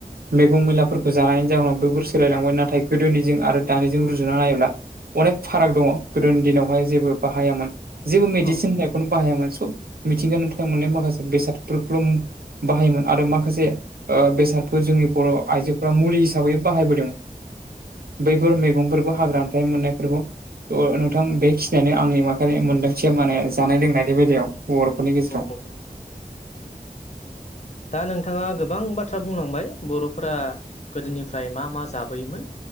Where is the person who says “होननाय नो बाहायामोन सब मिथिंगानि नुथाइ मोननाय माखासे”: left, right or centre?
Right